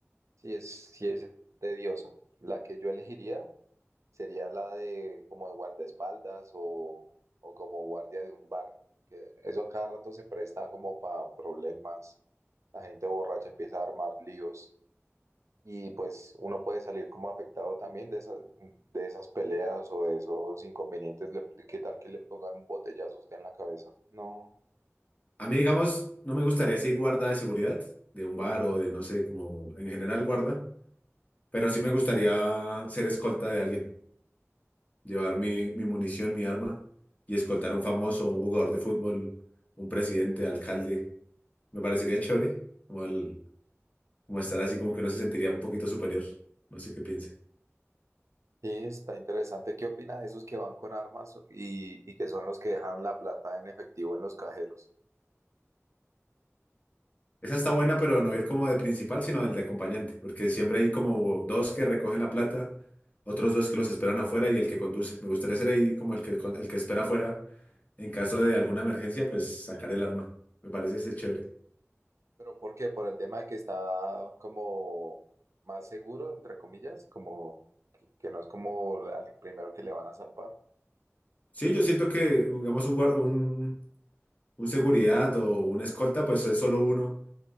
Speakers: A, on the right; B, on the left.
A: Sí, es, sí es tediosa. La que yo elegiría, sería la de como de guardaespaldas o, o como guardia de un bar, porque eso a cada rato se presta como para problemas. La gente borracha empieza a armar líos y pues uno puede salir como afectado también de esas, de esas peleas o de esos inconvenientes. Le- ¿Qué tal que le pongan un botellazo a usted en la cabeza? No.
B: A mí, digamos, no me gustaría así guarda de seguridad de un bar o de, no sé, como en general guarda, pero sí me gustaría ser escolta de alguien. llevar mi, mi munición, mi arma y escoltar a un famoso, un jugador de fútbol, un presidente, alcalde. Me parecería chévere, como, el- como estar así como que uno se sentiría un poquito superior. No sé qué piense.
A: Sí, está interesante. ¿Qué opina de esos que van con armas y, y que son los que dejan la plata en efectivo en los cajeros?
B: Esa está buena, pero no ir como de principal, sino del de acompañante, porque siempre hay como dos que recogen la plata, otros dos que los esperan afuera y el que conduce. Me gustaría ser ahí como el que, el que espera afuera. En caso de alguna emergencia, pues sacar el arma. Me parece ese chévere.
A: ¿Pero por qué? Por el tema de que está como más seguro, entre comillas, como que, que no es como al primero que le van a zampar.
B: Sí, yo siento que, digamos, un, guar- un, un seguridad o una escolta, pues es solo uno.